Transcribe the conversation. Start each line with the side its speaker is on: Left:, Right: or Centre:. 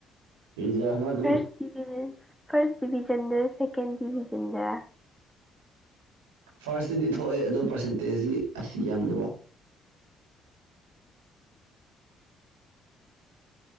Right: ꯔꯤꯖꯜ ꯍꯪꯂꯛꯀꯅꯨ
Centre: ꯐꯥꯔꯁ ꯗꯤꯚꯖꯟ ꯐꯥꯔꯁ ꯗꯤꯚꯖꯟꯗ ꯁꯦꯀꯦꯟ ꯗꯤꯚꯖꯟꯗ
Right: ꯐꯥꯔꯁꯇꯗꯤ ꯊꯣꯛꯑꯦ ꯑꯗꯣ ꯄꯥꯔꯁꯦꯟꯇꯦꯖꯇꯤ ꯑꯁꯤ ꯌꯥꯝꯗ ꯋꯥ